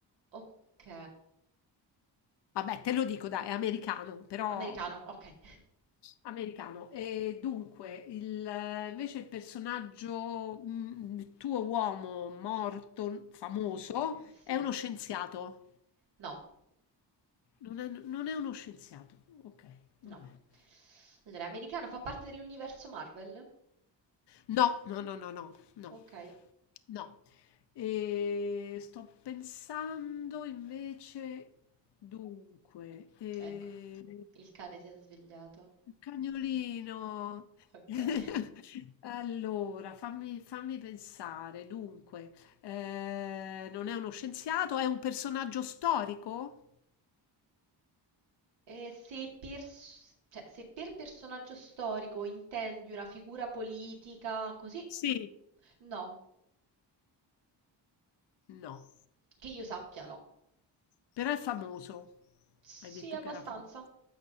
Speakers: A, on the right; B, on the left.
A: Ok,
B: Vabbè, te lo dico, dai, è americano, però
A: americano, ok,
B: americano. E dunque, il, eh, invece il personaggio, mm, il tuo uomo morto, famoso,
A: <laughs> sì.
B: è uno scienziato.
A: No,
B: Non è, non è uno scienziato. Ok. non
A: no.
B: è.
A: Allora, americano fa parte dell'universo Marvel?
B: No, no, no, no, no, no,
A: Ok,
B: no. E sto pensando invece, dunque, eh,
A: ecco. Il cane si è svegliato,
B: Il cagnolino.
A: ok.
B: <laughs> Allora, fammi, fammi pensare. Dunque, eh, non è uno scienziato, è un personaggio storico?
A: E se pers- cioè, se per personaggio storico intendi una figura politica così,
B: Sì,
A: no,
B: No,
A: che io sappia no.
B: però è famoso.
A: Sì,
B: Hai detto
A: abbastanza,
B: che era famoso.